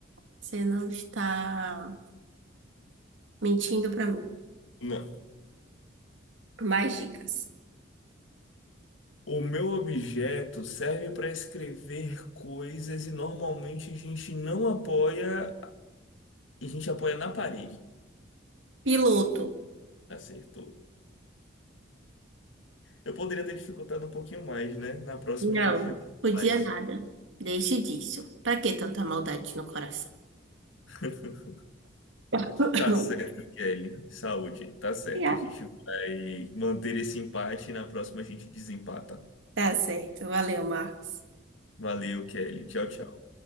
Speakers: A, on the right; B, on the left.
A: Você não está mentindo pra mim.
B: Não.
A: Mais dicas.
B: O meu objeto serve para escrever coisas e normalmente a gente não apoia, a gente apoia na parede.
A: Piloto.
B: Acertou. Eu poderia ter dificultado um pouquinho mais, né? Na próxima
A: Não,
B: eu vou dificultar
A: podia
B: mais.
A: nada. Deixe disso. Pra que tanta maldade no coração?
B: <laughs>
A: <coughs>
B: Tá certo, Kelly. Saúde. Tá certo.
A: E
B: A gente vai manter esse empate e na próxima a gente desempata.
A: Tá certo. Valeu, Marcos.
B: Valeu, Kelly. Tchau, tchau.